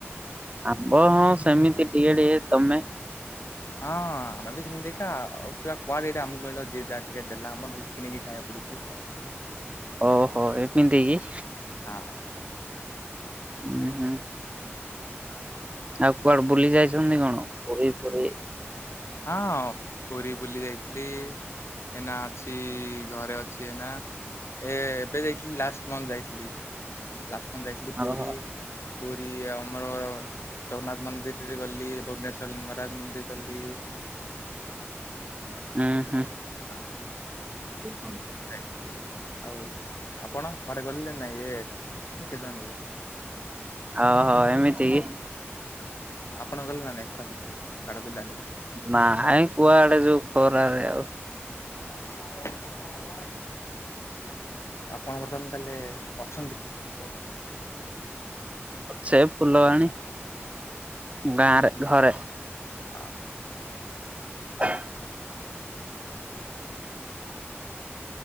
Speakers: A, on the right (about 30°); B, on the left (about 70°).
A: ଆମ୍ବ ହଁ ସେମିତି ଟିକେ ଟିକେ ତମେ
B: ହଁ ଆମେ ବି ସେମିତି କା ଆଉ କୁଆଡେ ଦିଟା ଆମ୍ବ ମିଳୁଚି ଯା ଟିକେ ଦେଲା ଆମ୍ବ ନହେଲେ କିଣିକି ଖାଇବାକୁ ପଡୁଚି। ହ ହଁ
A: ଓହୋ ଏମିତିକି।
B: ହଁ।
A: ଉହୁଁ।
B: ହଁ।
A: ଆଉ କୁଆଡେ ବୁଲି ଯାଇଚନ୍ତି କଣ ପୁରୀ ଫୁରି।
B: ହଁ ପୁରୀ ବୁଲି ଯାଇଥିଲି। ଏନା ଅଛି ଘରେ ଅଛି ଏଇନା। ଏ ଏବେ ଯାଇଥିଲି ଲାଷ୍ଟ ମନ୍ଥ୍ ଯାଇଥିଲି ଲାଷ୍ଟ ମନ୍ଥ୍ ଯାଇଥିଲି ପୁରୀ।
A: ଓହୋ
B: ପୁରୀ ଆମର। ଜଗନ୍ନାଥ ମନ୍ଦିର୍ ରେ ଗଲି ଭୁବନେଶ୍ଵର ଲିଙ୍ଗରାଜ୍ ମନ୍ଦିର୍ ଗଲି।
A: ଉହୁଁ।
B: <unintelligible>
A: <unintelligible>
B: ଯାଇଥିଲି ଆଉ ଆପଣ କୁଆଡ଼େ ଗଲେ ନା ନାଇଁ ଇଏ ଭେକେସନ୍ ରେ।
A: ଅହ ଏମିତି କି।
B: ହଁ ଆପଣ ଗଲେ ନା ନାଇଁ ଖରା ଛୁଟିରେ କୁଆଡ଼େ ବୁଲା ବୁଲି କରି।
A: ନାଇ କୁଆଡେ ଯିବୁ ଖରାରେ ଆଉ।
B: ଅହ। ଆପଣ ବର୍ତ୍ତମାନ ତାହେଲେ ଅଛନ୍ତି କୋଉଠି।
A: ଛେ ଫୁଲବାଣୀ ଗାଁରେ ଘରେ।
B: ଅହ।
A: <inaudible>